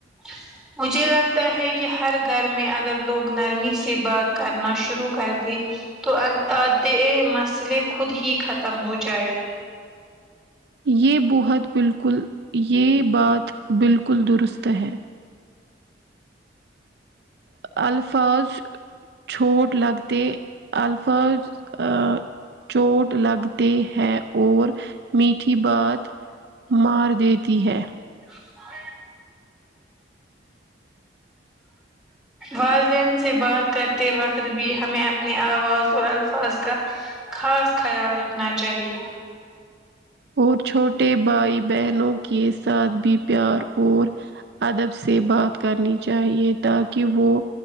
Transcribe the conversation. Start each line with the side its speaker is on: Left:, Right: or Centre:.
Centre: <inaudible> مجھے لگتا ہے کہ ہر گھر میں اگر لوگ نرمی سے بات کرنا شروع کر دے تو آ آدے مسئلے خود ہی ختم ہو جائے
Right: یہ بہت بالکل یہ بات بالکل درست ہے ا الفاظ چھوٹ لگتے الفاظ ا چوٹ لگتے ہے اور میٹھی بات مار دیتی ہے
Centre: <inaudible> والدین سے بات کرتے وقت بھی ہمیں اپنی آواز اور الفاظ کا خاص خیال رکھنا چاہیے
Right: اور چھوٹے بھائی بہنوں کے ساتھ بھی پیار اور ادب سے بات کرنی چاہیے تاکہ وہ